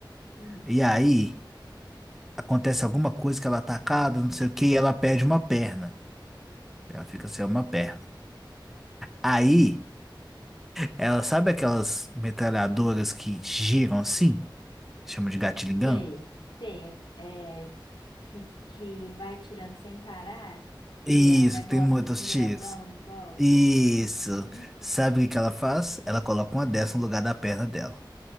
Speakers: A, on the left; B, in the centre.
A: Hum.
B: E aí, acontece alguma coisa que ela é atacada, não sei o que, e ela perde uma perna. Ela fica sem uma perna. Aí. Ela sabe aquelas metralhadoras que giram assim? Chama de gatilho gun?
A: sei, sei. É, é que, que vai tirando sem parar e
B: Isso,
A: é um negócio
B: que tem muitos
A: assim grandão
B: tiros.
A: em volta.
B: Isso.
A: Uhum.
B: Sabe o que que ela faz? Ela coloca uma dessa no lugar da perna dela.